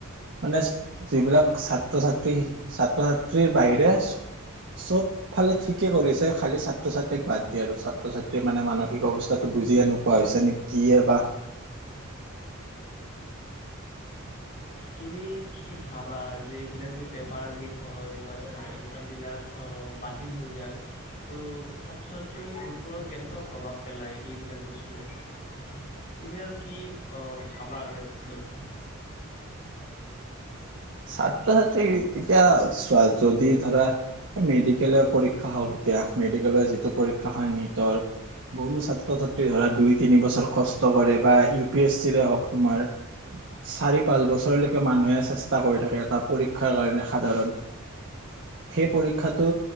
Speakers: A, on the right; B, on the left.
A: মানে যিবিলাক ছাত্ৰ-ছাত্ৰী, ছাত্ৰ-ছাত্ৰীৰ বাহি ৰে চব ফালে ঠিকে কৰিছে খালি ছাত্ৰ-ছাত্ৰীক বাদ দি আৰু ছাত্ৰ-ছাত্ৰীৰ মানে মানসিক অৱস্থাটো বুজিয়ে নোপোৱা হৈছে নে কি এ বা
B: তুমি কি ভাবা যে, এইবিলাক যে পেপাৰ লিক হয় বা তোমাৰ এক্সামবিলাক অ', বাতিল হৈ যায় ত' ছাত্ৰ ছাত্ৰীৰ ওপৰত কেনেকুৱা প্ৰভাৱ পেলায় এইবিলাক বস্তুই, তুমি আৰু কি ভাবা আৰু এইটোক লৈ?
A: ছাত্ৰ-ছাত্ৰীৰ এতিয়া চোৱা, যদি ধৰা এ, মেডিকেলৰ পৰীক্ষা হওঁক এতিয়া মেডিকেলৰ যিটো পৰীক্ষা হয় নীটৰ, বহু ছাত্ৰ-ছাত্ৰী ধৰা দুই তিনি বছৰ কষ্ট কৰে বা ইউ পি এছ চিৰে হওঁক তোমাৰ চাৰি-পাঁচ বছৰলৈকে মানুহে চেছ টা কৰি থাকে এটা পৰীক্ষাৰ কাৰণে সাধাৰণ সেই পৰীক্ষাটো